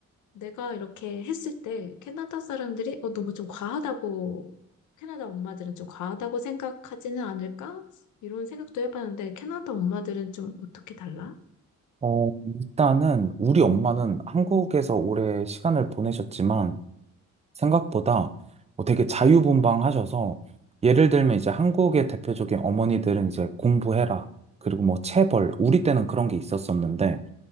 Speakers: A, on the left (about 75°); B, on the right (about 20°).
A: 내가 이렇게 했을 때 캐나다 사람들이 어 너무 좀 과하다고 캐나다 엄마들은 좀 과하다고 생각하지는 않을까? 이런 생각도 해봤는데 캐나다 엄마들은 좀 어떻게 달라?
B: 어, 일단은 우리 엄마는 한국에서 오래 시간을 보내셨지만 생각보다 뭐 되게 자유분방하셔서 예를 들면 이제 한국의 대표적인 어머니들은 이제 공부해라. 그리고 뭐 체벌. 우리 때는 그런 게 있었었는데